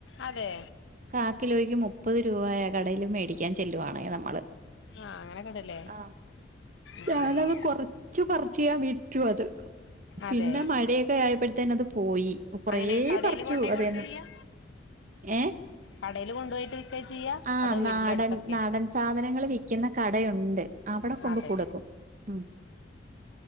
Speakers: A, on the left; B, on the right.
A: അതെ
B: കാ കിലോയ്ക്ക് മുപ്പത് രൂപയാ കടയിലും മേടിക്കാൻ ചെല്ലുവാണെങ്കിൽ നമ്മൾ
A: ആഹ് അങ്ങനൊക്കെണ്ടല്ലേ
B: ആ
A: ആഹ്
B: ഞാനത് കൊറച്ചു പറ <unintelligible> റ്റു അത് പിന്നെ
A: അതെ
B: മഴയൊക്കെ ആയപ്പഴേ <unintelligible> പോയി കുറേ
A: അങ്ങനെ കടേല്
B: പറിച്ചു
A: കൊണ്ടോയി
B: അതേന്ന്
A: കൊടുക്കാ ചെയ്യാ
B: ഏ
A: കടേല് കൊണ്ടുപോയിട്ട് വിൽക്കാ ചെയ്യാ
B: ആഹ്
A: അതോ വീടിന്റെ
B: നാടൻ
A: അടുത്തൊക്കെ
B: നാടൻ സാധനങ്ങൾ വിൽക്കുന്ന കടയുണ്ട് അവിടെ കൊണ്ട്
A: അതെ
B: കൊടുക്കും ഉ